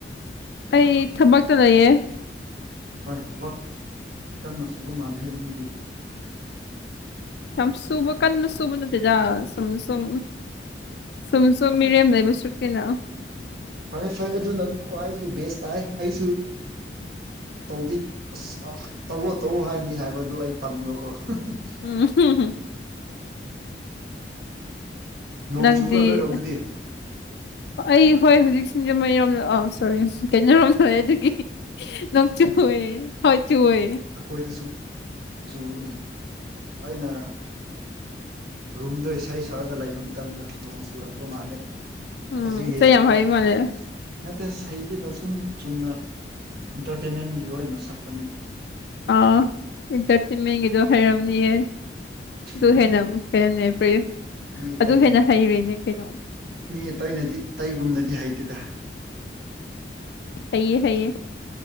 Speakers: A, on the left; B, on the right.
A: ꯑꯩ ꯊꯕꯛꯇ ꯂꯩꯌꯦ
B: ꯍꯣꯏ ꯊꯕꯛ ꯀꯟꯅ ꯁꯨꯕ ꯃꯥꯜꯂꯦꯍꯦ ꯃꯤꯗꯤ
A: ꯌꯥꯝ ꯁꯨꯕ ꯀꯟꯅ ꯁꯨꯕ ꯅꯠꯇꯦꯗ ꯁꯨꯝ ꯁꯨꯝ ꯁꯨꯝ ꯁꯨꯝ ꯃꯤꯔꯦꯝ ꯂꯩꯕ ꯁ꯭ꯔꯨꯛ ꯇꯤꯅ
B: ꯐꯔꯦ ꯐꯔꯦ ꯑꯗꯨꯅ ꯈ꯭ꯋꯥꯏꯗꯒꯤ ꯕꯦꯁ ꯇꯥꯏ ꯑꯩꯁꯨ ꯇꯧꯗꯤ ꯑꯁ ꯑꯥ ꯇꯧꯋꯣ ꯇꯧꯋꯣ ꯍꯥꯏꯅꯤ ꯍꯥꯏꯕ ꯑꯗꯨ ꯑꯩ ꯇꯟꯕꯀꯣ <unintelligible>
A: ꯎꯝ <unintelligible>
B: <unintelligible> ꯅꯣꯡ
A: ꯅꯪꯗꯤ
B: ꯆꯨꯕ꯭ꯔꯥ ꯅꯣꯏꯔꯣꯝꯗꯗꯤ
A: ꯑꯦ ꯑ ꯑꯩ ꯍꯣꯏ ꯍꯨꯖꯤꯛ ꯁꯤꯡꯖꯃꯩ ꯔꯣꯝꯗ ꯑꯥ ꯁꯣꯔꯤ ꯀꯩꯅꯣꯔꯣꯝꯗ ꯂꯩ ꯑꯗꯨꯒꯤ ꯅꯣꯡ ꯆꯨꯋꯦ ꯍꯣꯏ ꯆꯨꯋꯦ
B: ꯑꯈꯣꯏꯗꯁꯨ ꯆꯨꯢꯅꯦ ꯑꯩꯅ ꯔꯨꯝꯗ ꯏꯁꯩ ꯁꯛꯑꯒ ꯂꯩꯕ ꯃꯇꯝꯗ ꯅꯣꯡ ꯆꯨꯔꯛꯄ ꯃꯥꯥꯜꯂꯦ
A: ꯎꯝ
B: ꯍꯧꯖꯤꯛ
A: ꯏꯁꯩ
B: ꯌꯦꯡꯕꯗ
A: ꯌꯥꯝ ꯍꯩ ꯃꯥꯜꯂꯦ
B: ꯅꯠꯇꯦꯁ ꯍꯩꯇꯦꯗ ꯁꯨꯝ ꯆꯨꯝꯅ ꯏꯟꯇꯔꯇꯦꯟꯃꯦꯟꯒꯤ ꯑꯣꯏꯅ ꯁꯛꯄꯅꯤꯗ
A: ꯑꯥ ꯏꯟꯇꯔꯇꯦꯟꯃꯦꯟꯒꯤꯗꯣ ꯍꯩꯔꯝꯅꯤꯌꯦ ꯑꯗꯨ
B: ꯎꯝ
A: ꯍꯦꯟꯅ ꯃꯨ ꯍꯦꯟꯅ ꯄ꯭ꯔꯦꯌꯔ
B: ꯃꯤ ꯑꯇꯩꯒꯨꯝꯅ
A: ꯑꯗꯨ ꯍꯦꯟꯅ ꯍꯩꯔꯤꯅꯦ ꯀꯩꯅꯣ
B: ꯃꯤ ꯑꯇꯩꯅꯗꯤ ꯑꯇꯩꯒꯨꯝꯅꯗꯤ ꯍꯩꯇꯦꯗ
A: ꯍꯩꯌꯦ ꯍꯩꯌꯦ